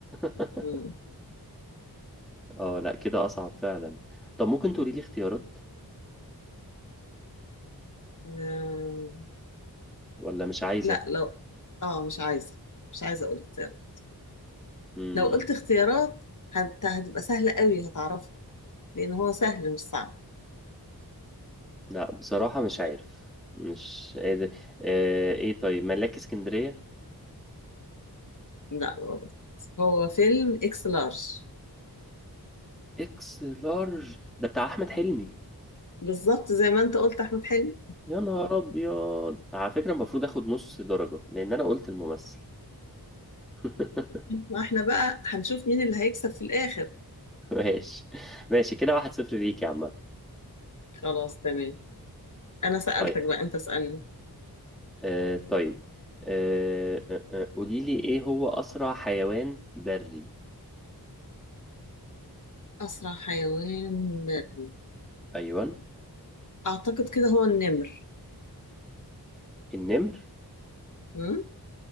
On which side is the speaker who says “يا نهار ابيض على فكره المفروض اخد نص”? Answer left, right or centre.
Centre